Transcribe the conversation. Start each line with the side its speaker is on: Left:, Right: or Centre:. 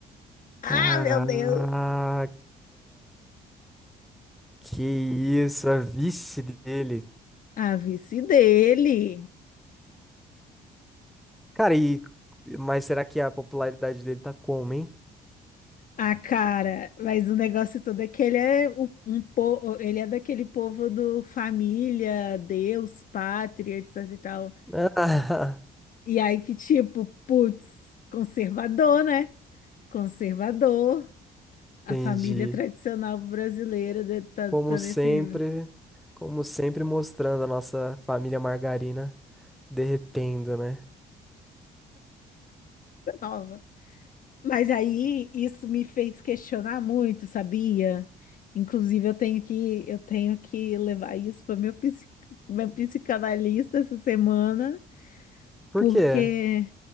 Left: Ah,
Centre: Caraca.
Left: meu Deus!
Centre: Que isso, a vice dele.
Left: A vice dele.
Centre: Cara, e... Mas será que a popularidade dele tá como, hein?
Left: Ah, cara, mas o negócio todo é que ele é o- um, po- ele é daquele povo do família, Deus, pátria, etc e tal.
Centre: Ah,
Left: E aí que tipo, putz, conservador, né? Conservador,
Centre: <laughs>
Left: a
Centre: entendi.
Left: família tradicional brasileira de- tá,
Centre: Como
Left: tá
Centre: sempre,
Left: nesse nível,
Centre: como sempre mostrando a nossa família margarina derretendo, né?
Left: tá nova. Mas aí isso me fez questionar muito, sabia? Inclusive eu tenho que eu tenho que levar isso para meu psi- meu psicanalista essa semana,
Centre: Por
Left: porque
Centre: quê?